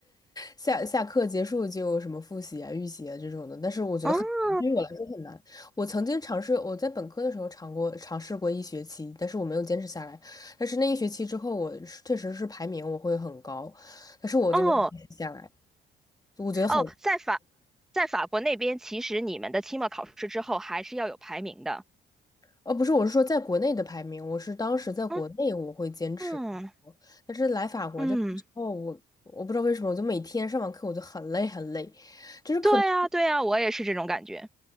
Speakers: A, on the left; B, in the centre.
A: 下下课结束就什么复习啊、预习啊这种的，但是我觉得很难，
B: 哦
A: 对于我来说很难。我曾经尝试，我在本科的时候尝过尝试过一学期，但是我没有坚持下来。但是那一学期之后，我是确实是排名我会很高，但是我就没有坚持下来。
B: 哦
A: 我觉得很，
B: 哦，在法在法国那边，其实你们的期末考试之后还是要有排名的。
A: 呃，不是，我是说在国内的排名，我是当时在国内我会坚持很多，
B: 嗯嗯
A: 但是来法国这边之后，
B: 嗯，
A: 我我不知道为什么，我就每天上完课我就很累很累。就是可能。
B: 对呀对呀，我也是这种感觉。